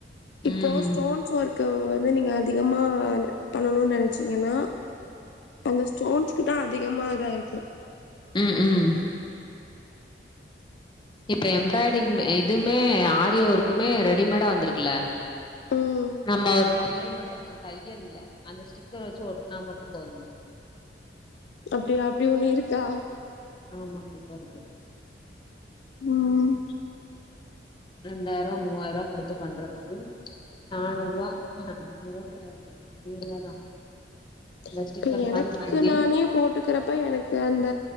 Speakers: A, on the left; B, on the left.
A: இப்போ
B: ம்
A: ஸ்டோன்ஸ் ஒர்க்கு வ ந்து நீங்க அதிகமா பண்ணணு நெனச்சீங்கன்னா அந்த ஸ்டோன்ஸ்க்குதா அதிகமா இதாயிருக்கு
B: ம் ம் இப்ப எம்ப்ராய்டிங் மே இதுமே ஆரி ஒர்க்குமே ரெடிமேடா வந்துருக்ல
A: ம்
B: நம்ம ஒரு தையல் மட்டு அ தையல் இல்ல அந்த ஸ்டிக்கர் வச்சு ஒட்னா மட்டு போதுல
A: அப்டியா அப்டி ஒண்ணு இருக்கா
B: ஆமா இப்ப இருக்கு
A: ம்
B: ரெண்டாயிர ரூவா மூவாயிர ரூவா குடுத்து பண்றதுக்கு நானூறு ரூவா ஆஹ நானூறு ரூபா கூட வராது அ நூறுவா தா அந்த
A: இப்ப
B: ஸ்டிக்கர்
A: எனக்கு
B: மாரி வாங்கி
A: நானே போட்டுக்கறப்ப எனக்கு அந்த